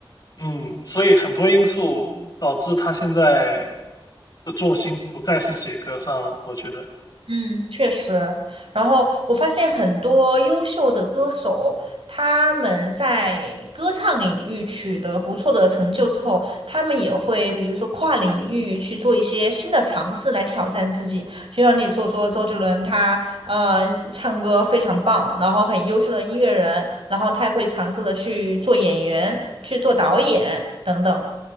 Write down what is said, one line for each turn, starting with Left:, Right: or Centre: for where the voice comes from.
Left: 嗯，所以很多因素导致他现在的重心不再是写歌上了，我觉得。
Right: 嗯，确实。然后我发现很多优秀的歌手，他们在歌唱领域取得不错的成就之后，他们也会比如说跨领域去做一些新的尝试来挑战自己。就像你所说，周杰伦他呃唱歌非常棒，然后很优秀的音乐人，然后他也会尝试的去做演员、去做导演等等。